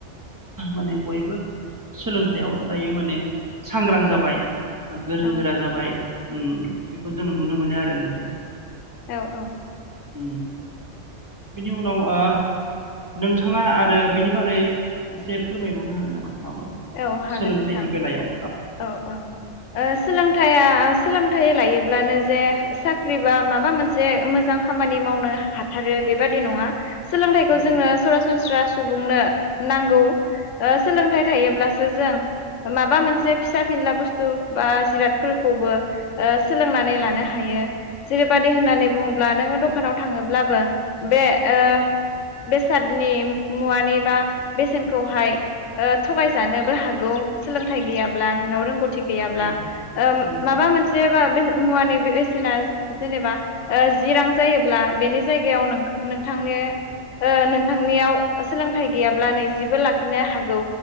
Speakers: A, on the right (about 15°); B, on the left (about 80°).
A: माने बयबो सोलोंथाइयाव दायो माने सांग्रां जा बाय ओ गोरों
B: औ
A: गोरा जाबाय उम बेखौ जों नुनो मोनो आरो नोंथां।
B: औ औ।
A: उम बिनि उनाव ओ। नोंथाङा आरो बिनि बागै एसे फोरमायबावनो हागोन नामा? माबा
B: औ हागोन
A: सोलोंथाइनि
B: नोंथां
A: बेलायाव
B: औ औ ओ सोलोंथ
A: <inaudible>
B: ओ सोलोंथाइ लायोब्लानो जे साख्रि बा माबा मोनसे मोजां खामानि मावनो हाथार रो बेबादि नङा। सोलोंथाइखौ
A: उम
B: जोंनो सरासनस्रा सुबुंनो नांगौ ओ सोलोंथाइ योब्लासो जों। माबा मोनसे फिसा फेनला बुस्थु बा जिरादफोरखौबो ओ सोलोंनानै लानो हाय यो जेरैबायदि होननानै बुङोब्ला नोङो दखानाव थाङोब्लाबो बे ओ बेसादनि मुवानि बा बेसेनखौहाय ओथ थगायजानोबो हागौ सोलोंथाइ गैयाब्ला नोंनाव रोंगौथ थि गैयाब्ला
A: औ
B: ओम
A: नंगौ
B: माबा मोनसे बा बे मुवानि बे बेसेना जेनेबा ओ जि रां जायोब्ला बेनि जायगायाव नोंखो नोंथांनो ओ नोंथांनियाव सोलोंथाइ गैयाब्ला नैजेबो लाखिनो हागौ।